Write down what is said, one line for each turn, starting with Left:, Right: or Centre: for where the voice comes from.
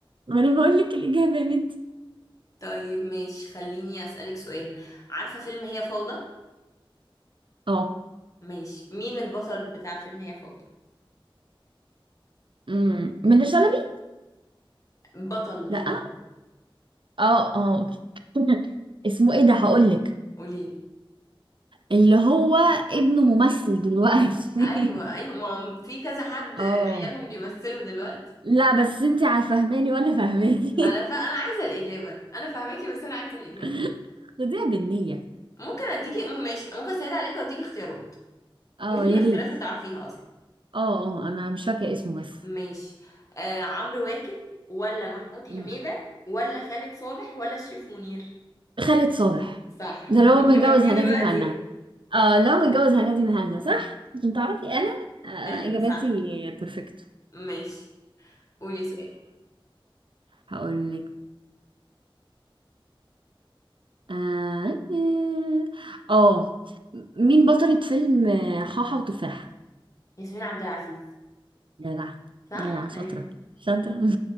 Right: ما انا بقول لك الاجابه يا بنتي
Left: طيب مش خليني اسالك سؤال عارفه فيلم هي فوضى
Right: اه
Left: ماشي مين البطل بتاع فيلم هي فوضى
Right: أمم، منة شلبي
Left: بطل
Right: لا
Left: مش بطل
Right: اه اه اوكي <laughs> اسمه ايه ده هقول لك
Left: قوليلي
Right: اللي هو ابنه ممثل دلوقتي
Left: ايوه ايوه ما هو في كذا حد
Right: <laughs> اه
Left: عيالهم بيمثلوا دلوقتي
Right: لا بس انت فاهماني وانا فاهماني
Left: انا ف... انا عايزه الاجابه انا فاهماكي بس انا عايزه الاجابه
Right: <laughs> خديها بالنية
Left: ممكن اديكي م- ماشي ممكن اسهل عليكي واديكي اختيارات
Right: اه
Left: وانتي
Right: يا
Left: من الاختيارات
Right: ريت
Left: هتعرفيها اصلا
Right: اه اه انا مش فاكره اسمه بس
Left: ماشي آه عمرو واكد ولا محمود حميده
Right: أمم.
Left: ولا خالد صالح ولا شريف منير
Right: خالد صالح
Left: صح
Right: ده
Left: افتكرتيه
Right: لو متجوز هنادي
Left: دلوقتي
Right: مهنا اه لو متجوز هنادي مهنا صح عشان تعرفي انا انا
Left: ايوه
Right: اجاباتي
Left: صح
Right: بيرفكت
Left: ماشي قولي سؤال
Right: هقول لك اه آه. آه، مين بطلة فيلم آه، حاحة وتفاحة
Left: ياسمين عبد العزيز
Right: جدع
Left: صح
Right: جدع شاطرة
Left: ايوه
Right: شاطرة <laughs>